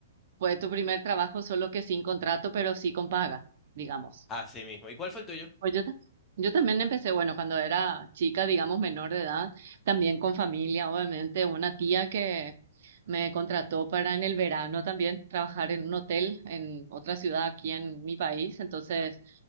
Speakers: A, on the right; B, on the left.
A: fue tu primer trabajo, solo que sin contrato, pero sí con paga, digamos.
B: así mismo. ¿Y cuál fue el tuyo?
A: Pues yo, ta- yo también empecé, bueno, cuando era chica, digamos, menor de edad, también con familia, obviamente, una tía que me contrató para en el verano también trabajar en un hotel en otra ciudad aquí en mi país, entonces,